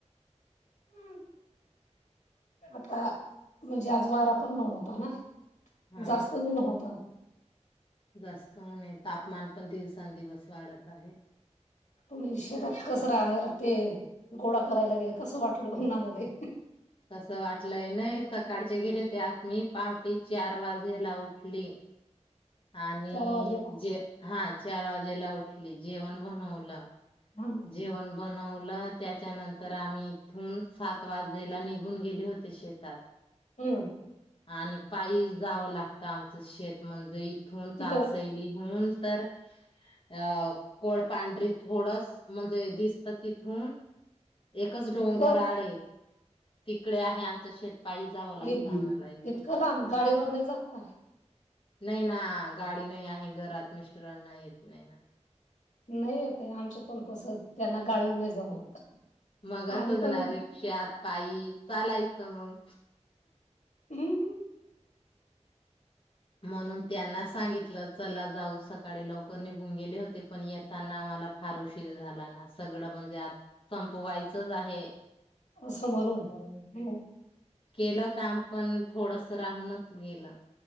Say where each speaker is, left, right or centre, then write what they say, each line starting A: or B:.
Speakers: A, on the left; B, on the left.
A: ह आता म्हणजे आज वारा पण नव्हता ना.
B: हा
A: जास्त ऊन होता
B: जास्त उन हाय तापमान. पण दिवसां दिवस वाढत आहे
A: तुम्ही शेतात कसं ते गोळा करायला गेल कसं वाटलं उन्हामध्ये.
B: कसं वाटलंय नाही सकाळचे गेले ते आत मी. पहाटी चार वाजेला उठली. आणि
A: चार वाजेला
B: जे हा. चारा वाजेला उठली जेवण बनवलं.
A: हा
B: जेवन. बनवलं त्याच्यानंतर आम्ही इथून सात वाजेला निघून गेले होते शेतात.
A: हम्.
B: आणि पायी जावं लागतं आमचं शेत म्हणजे ई. ईथून चांनसईली
A: तिथं
B: हून. तर अ कोडपांढरी थोडस. म्हणजे दिसत तिथून. एकच डोंगर
A: इतकं
B: आड ये. तिकडे आहे आमचं शेत. पायी जावं लागतं
A: इतकं
B: आम्हाला इथून.
A: लांब? गाडी वर नाही जात.
B: नाही ना गाडी नाही आहे घरात मिस्टरांना येत नाही ना.
A: नाही येत? आमच्या पण तस त्यांना गाडीच नाही जमत.
B: मग असंच
A: आहे पण
B: ना रिक्षात पायी चालायचं मग.
A: हम्म.
B: म्हणून त्यांना सांगितलं चला जाऊ. सकाळी लवकर निघून गेले होते पण येताना आम्हाला फार उशीर झाला ना. सगळं म्हणजे आ संपवायचंच आहे.
A: <unintelligible>
B: केल काम पण थोडस राहूनच गेल.